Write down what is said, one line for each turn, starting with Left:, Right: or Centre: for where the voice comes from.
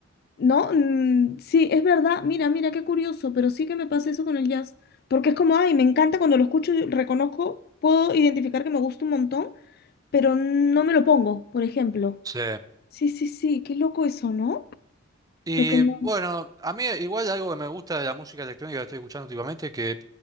Left: ¿no? Mm, sí, es verdad, mira, mira, qué curioso, pero sí que me pasa eso con el jazz, porque es como, ay, me encanta cuando lo escucho, y reconozco, puedo identificar que me gusta un montón, pero no me lo pongo, por ejemplo.
Right: sí.
Left: Sí, sí, sí, qué loco eso, ¿no?
Right: Y
Left: Lo que más...
Right: bueno, a mí igual algo que me gusta de la música electrónica que estoy escuchando últimamente, que